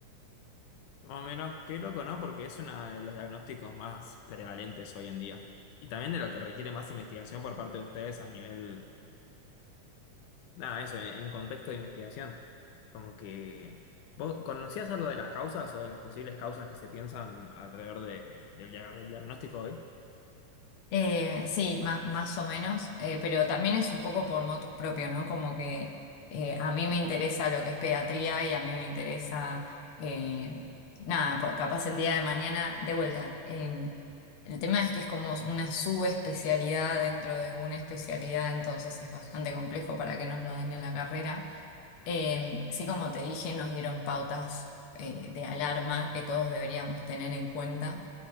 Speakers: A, on the left; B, on the left.
A: Más o menos, qué loco, ¿no? Porque es uno de los diagnósticos más prevalentes hoy en día. Y también de lo que requiere más investigación por parte de ustedes a nivel Nada, eso, en en contexto de investigación. Como que. ¿Vos conocías algo de las causas o de las posibles causas que se piensan alrededor de, del, dia- del diagnóstico hoy?
B: Eh, sí, ma- más, o menos, eh, pero también es un poco por motus propio, ¿no? Como que eh, a mí me interesa lo que es pediatría y a mí me interesa, eh, nada, por- capaz el día de mañana, de vuelta. em, el tema es que es como una subespecialidad dentro de una especialidad, entonces es bastante complejo para que nos lo den en la carrera. Eh, así como te dije, nos dieron pautas eh, de alarma que todos deberíamos tener en cuenta,